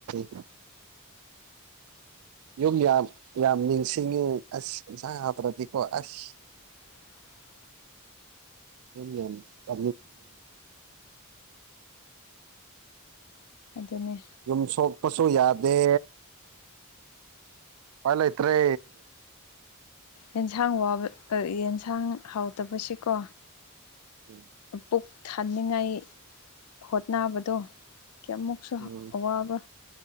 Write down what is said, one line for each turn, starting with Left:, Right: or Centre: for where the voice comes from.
Right: <unintelligible> ꯌꯨꯝ ꯌꯥꯝ ꯌꯥꯝ ꯅꯤꯡꯁꯤꯡꯉꯤ ꯑꯁ ꯌꯦꯟꯁꯥꯡ ꯍꯥꯇ꯭ꯔꯗꯤꯀꯣ ꯑꯁ
Left: <unintelligible>
Right: ꯌꯦꯟ ꯑ
Left: ꯑꯗꯨꯅꯦ
Right: ꯌꯨꯝ ꯁꯣꯛꯄꯁꯨ ꯌꯥꯗꯦ ꯎꯄꯥꯏ ꯂꯩꯇ꯭ꯔꯦ
Left: ꯌꯦꯟꯁꯥꯡ ꯋꯥꯕ ꯌꯦꯟꯁꯥꯡ ꯍꯥꯎꯇꯕꯁꯤꯀꯣ
Right: ꯎꯝ
Left: ꯄꯨꯛ ꯊꯥꯅꯤꯡꯉꯥꯏ ꯍꯣꯠꯅꯕꯗꯣ ꯀꯌꯥꯃꯨꯛ ꯁꯨ
Right: ꯎꯝ
Left: ꯑꯋꯥꯕ